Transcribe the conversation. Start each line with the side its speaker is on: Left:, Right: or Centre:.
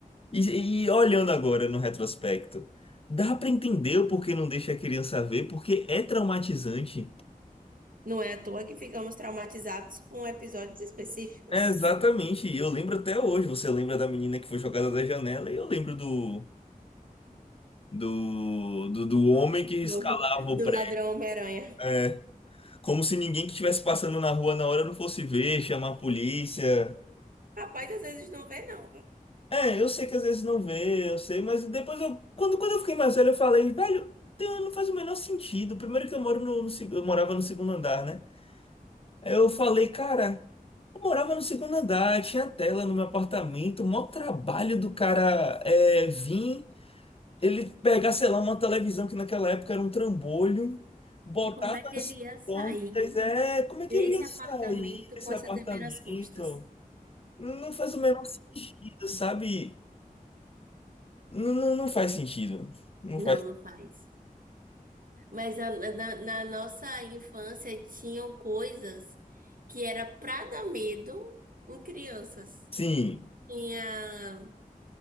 Left: E, e olhando agora no retrospecto, dá pra entender o porquê não deixa a criança ver, porque é traumatizante.
Right: Não é à toa que ficamos traumatizados com episódios específicos.
Left: É, exatamente, e eu lembro até hoje. Você lembra da menina que foi jogada da janela, e eu lembro do, do, do, do homem que escalava
Right: do,
Left: o
Right: do
Left: prédio.
Right: ladrão Homem-Aranha.
Left: É, como se ninguém que estivesse passando na rua na hora não fosse ver, chamar a polícia.
Right: Rapaz, às vezes não vê, não, viu?
Left: É, eu sei que às vezes não vê, eu sei, mas depois eu. Quando, quando eu fiquei mais velho, eu falei, velho, não tem- não faz o menor sentido. Primeiro que eu moro no, no seg- eu morava no segundo andar, né? Aí eu falei, cara, eu morava no segundo andar, tinha tela no meu apartamento, o maior trabalho do cara é vir, ele pegar, sei lá, uma televisão que naquela época era um trambolho, botar
Right: E como é que ele
Left: nas
Right: ia sair
Left: pontas, é, como é
Right: desse
Left: que ele ia
Right: apartamento
Left: sair desse
Right: com essa
Left: apartamento?
Right: TV nas costas?
Left: Não faz o menor sentido, sabe? Não, não, não faz sentido. Não
Right: Não,
Left: faz.
Right: não faz. Mas a- na, na nossa infância tinham coisas que era pra dar medo em crianças.
Left: Sim,
Right: Tinha